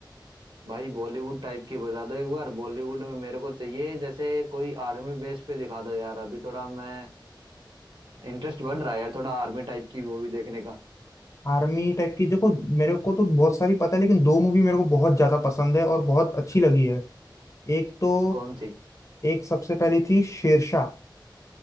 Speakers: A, on the right; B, on the left.
A: भाई बॉलीवुड टाइप की बता दो एक बार बॉलीवुड में मेरे को चाहिए जैसे कोई आर्मी बेस पे दिखा दो यार अभी थोड़ा मैं इंटरेस्ट बढ़ रहा है यार थोड़ा आर्मी टाइप की मूवी देखने का
B: आर्मी टाइप की देखो मेरे को तो बहुत सारी पता है लेकिन दो मूवी मेरे को बहुत ज्यादा पसंद है और बहुत अच्छी लगी है एक तो
A: कौन सी
B: एक सबसे पहली थी शेरशाह